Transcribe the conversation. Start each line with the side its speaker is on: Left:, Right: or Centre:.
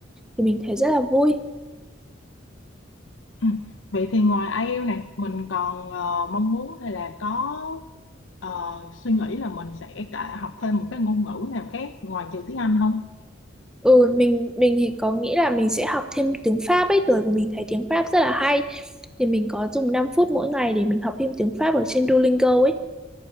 Centre: thì mình thấy rất là vui.
Left: Ừ. Vậy thì ngoài ai IELTS này mình còn ờ, mong muốn hay là có ờ, suy nghĩ là mình sẽ cả học thêm một cái ngôn ngữ nào khác ngoài trừ tiếng Anh không?
Centre: Ừ, mình mình thì có nghĩ là mình sẽ học thêm tiếng Pháp ấy, bởi vì mình thấy tiếng Pháp rất là hay. Thì mình có dùng 5 phút mỗi ngày để mình học thêm tiếng Pháp ở trên Duolingo ấy.